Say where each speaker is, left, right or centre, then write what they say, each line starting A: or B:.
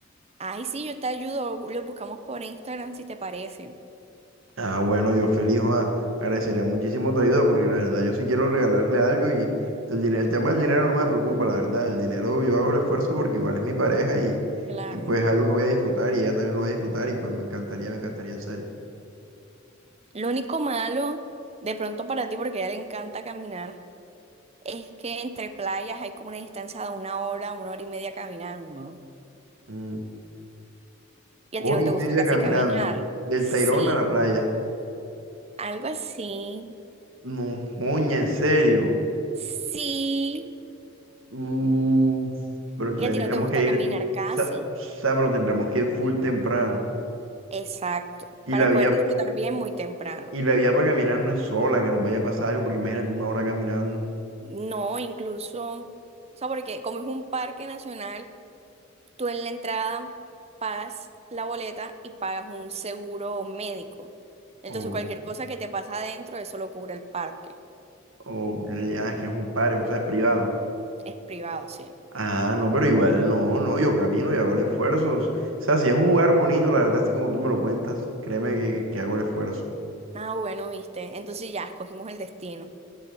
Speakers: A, on the right; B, on the right.
A: Ay, sí, yo te ayudo, lo buscamos por Instagram si te parece.
B: Ah, bueno, yo feliz, ah, agradecería muchísimo tu ayuda porque la verdad yo sí quiero regalarle algo y el, dine- el tema del dinero no me preocupa, la verdad. El dinero yo hago el esfuerzo porque igual es mi pareja y,
A: Claro.
B: y pues es algo que voy a disfrutar y ella también lo va a disfrutar y pues me encantaría, me encantaría en serio.
A: Lo único malo, de pronto para ti, porque a ella le encanta caminar. Es que entre playas hay como una distancia de una hora, una hora y media caminando.
B: Mm,
A: Y
B: hora
A: a ti no
B: y
A: te
B: media
A: gusta casi
B: caminando,
A: caminar.
B: del
A: Sí,
B: Tayrona a la playa.
A: algo así.
B: No, joña, en serio.
A: Sí,
B: Uf, pero
A: y
B: entonces
A: a ti
B: tendríamos
A: no te gusta
B: que
A: caminar
B: ir, o
A: casi.
B: sea, o sea, pero tendríamos que ir full temprano.
A: Exacto.
B: Y
A: Para
B: la vía,
A: poder disfrutar bien muy temprano.
B: y la vía para caminar no es sola, que nos vaya a pasar algo, porque imagínate una hora caminando,
A: No, incluso, o sea, porque como es un parque nacional, tú en la entrada pagas la boleta y pagas un seguro médico. Entonces,
B: o,
A: cualquier cosa que te pasa adentro, eso lo cubre el parque.
B: o que ya es que es un parque, o sea, es privado.
A: Es privado, sí.
B: Ah, no, pero igual no, no, yo camino y hago el esfuerzo. O sea, si es un lugar bonito, la verdad, así como tú me lo cuentas, créeme que, que hago el esfuerzo.
A: Ah, bueno, viste. Entonces ya escogimos el destino.